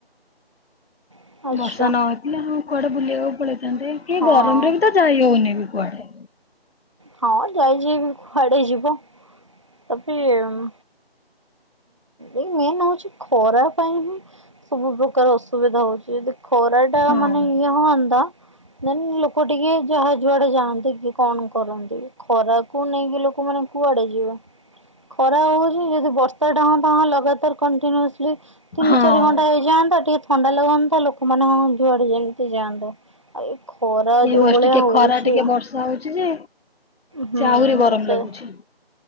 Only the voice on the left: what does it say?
ବର୍ଷା ନ ହେଇଥିଲେ ହଁ କୁଆଡେ ବୁଲିବାକୁ ପଳେଇଥାନ୍ତେ କେ
ଗରମ ରେ ବି ତ ଯାଇ ହଉନି ବି କୁଆଡେ।
ହଁ
ହଁ
ଏଇ
ବର୍ଷ
ଟିକେ
ଖରା ଟିକେ ବର୍ଷା ହଉଚି ଯେ
ସେ ଆହୁରି ଗରମ
ଲାଗୁଚି।